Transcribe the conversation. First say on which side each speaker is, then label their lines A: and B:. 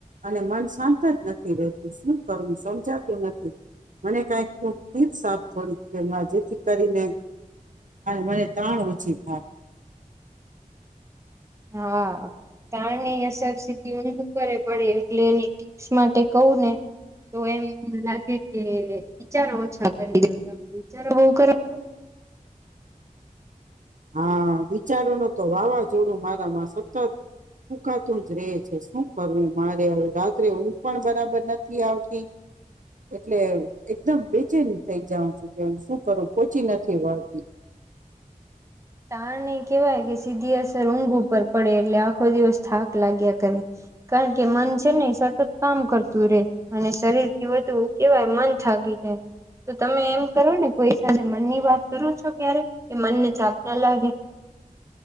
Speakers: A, on the right; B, on the right.
A: અને મન શાંત જ નથી રહેતું શું કરવું સમજાતું નથી મને કઈક થોડીક જેથી કરીને મને ત્રણ રુચિ થાય.
B: હા તણ ની અસર સીધી ઊંઘું કરે પડે એટલે એની ટીપ્સ માટે કવું ને તો એમ લાગે કે વિચારો ઓછા કરી દો તમે વિચારો બહ કરો છો.
A: હા વિચારો ન તો વાવાઝોડું મારામાં સતત ફૂકાતું જ રે છે શું કરવું મારે હવે રાત્રે હું પણ બરાબર નથી આવતી એટલે એકદમ બેચેની થઈ જાઉં છું કે શું કરું પોચી નથી વળતી.
B: તારને કેહેવાય કે સીધી અસર ઊંઘ ઉપર પડે એટલે આખો દિવસ થાક લાગ્યા કરે. કારણ કે મન છે ને એ સતત કામ કરતું રે અને શરીર થી વધુ કેહેવાય મન થાકી જાય તો તમે એમ કરો ને કોઈ સાથે મનની વાત કરો છો ક્યારે એ મનને થાક એ લાગે.